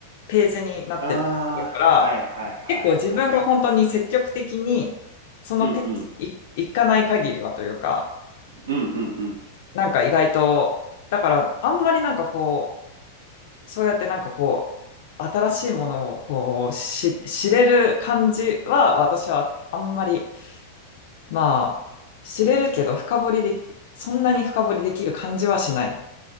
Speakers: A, on the left; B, on the right.
A: ページになってたりするから、
B: ああ、はいはいはいはい。
A: 結構自分が本当に積極的に、そのページに行行かない限りはというか、
B: うんうん。うんうんうん。
A: なんか意外と、だからあんまりなんかこう、そうやってなんかこう、新しいものをこう、し、知れる感じは、私はあんまり、まあ、知れるけど深掘りでき、そんなに深掘りできる感じはしない。